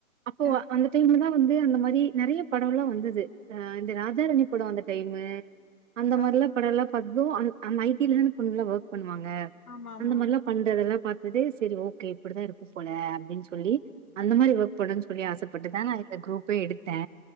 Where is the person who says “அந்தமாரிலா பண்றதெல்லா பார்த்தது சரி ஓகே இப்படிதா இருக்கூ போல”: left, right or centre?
Right